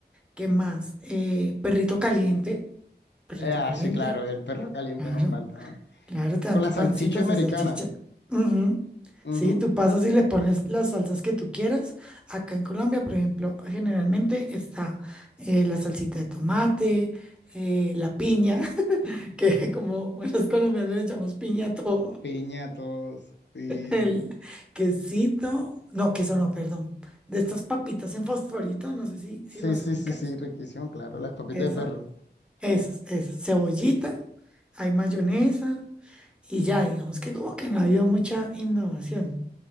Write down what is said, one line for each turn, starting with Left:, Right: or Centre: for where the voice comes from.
Centre: ¿Qué más? Eh, perrito caliente, perrito
Left: Eh, ah,
Centre: caliente,
Left: sí, claro, el perro caliente
Centre: claro,
Left: no falta, ¿no?
Centre: claro, te
Left: Con
Centre: dan tu
Left: la salchicha
Centre: pancita, tu
Left: americana.
Centre: salchicha. Ujú.
Left: Ujú.
Centre: Sí, tú pasas y le pones las salsas que tú quieras. Acá en Colombia, por ejemplo, generalmente está eh, la salsita de tomate, eh, la piña, <laughs> que como buenos colombianos le echamos piña a todo.
Left: Piñatos. Sí.
Centre: El quesito, no, queso no, perdón. De estas papitas en fosforito, no sé si,
Left: Sí,
Centre: si las
Left: sí,
Centre: ubicas.
Left: sí, sí, riquísimo, claro, las papitas
Centre: Eso.
Left: de perro.
Centre: Esas, esas, cebollita, hay mayonesa y ya, digamos que como que no ha habido mucha innovación.